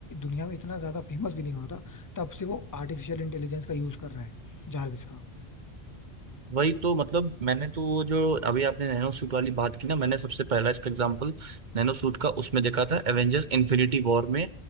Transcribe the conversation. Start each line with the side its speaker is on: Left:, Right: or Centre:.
Left: दुनिया में इतना ज्यादा फेमस भी नहीं हुआ था तब से वो आर्टिफिशियल इंटेलिजेंस का यूज कर रहा है जार्विस का
Right: वही तो मतलब मैंने तो वो जो अभी आपने नैनो सूट वाली बात की ना मैंने सबसे पहला इसका एग्जांपल नैनो सूट का उसमें देखा था एवेंजर्स इन्फिनिटी वॉर में